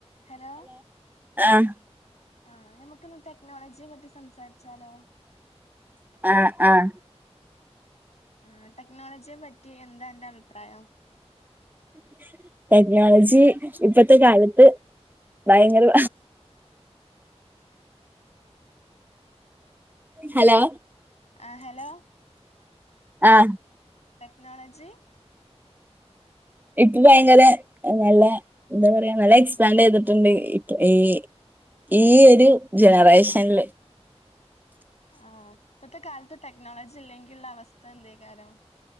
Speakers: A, on the left (about 75°); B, on the right (about 15°).
A: ഹലോ
B: ആഹ്
A: ആഹ് നമുക്കിന്ന് ടെക്നോളജിയെ പറ്റി സംസാരിച്ചാലോ
B: ആഹ് ആഹ്
A: ആഹ് ടെക്നോളജിയെ പറ്റി എന്താ അന്റെ അഭിപ്രായം
B: <inaudible> ടെക്നോളജി ഇപ്പത്തെ കാലത്ത് ഭയങ്കര
A: <inaudible>
B: ഹലോ
A: ആഹ് ഹലോ
B: ആഹ്
A: ടെക്നോളജി
B: ഇപ്പ ഭയങ്കര നല്ല എന്താ പറയാ നല്ല എക്സ്പാൻഡ് ചെയ്തിട്ടിണ്ട് ഇപ്പ ഈ ഈ ഒരു ജനറേഷൻൽ
A: ആഹ് ഇപ്പത്തെ കാലത്ത് ടെക്നോളജി ഇല്ലെങ്കിലുള്ള അവസ്ഥ എന്തേക്കാരം